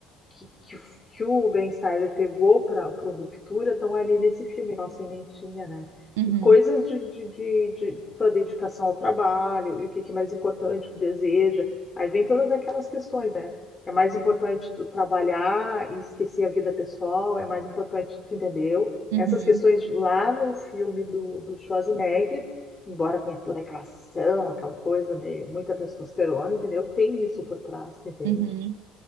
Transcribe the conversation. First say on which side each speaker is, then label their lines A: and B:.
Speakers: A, on the left; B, on the right.
A: que, que, que o Ben Stiller pegou para o Ruptura estão ali nesse filme, aquela sementinha, né?
B: Uhum,
A: E coisas de, de, de, de sua dedicação ao trabalho, e o que, que é mais importante, o que deseja. Aí vem todas aquelas questões, né? É mais importante tu trabalhar e esquecer a vida pessoal, é mais importante, tu entendeu?
B: uhum,
A: Essas questões lá no filme do, do Schwarzenegger, embora tenha toda aquela ação, aquela coisa meio, muita testosterona, entendeu? Tem isso por trás, entende?
B: uhum.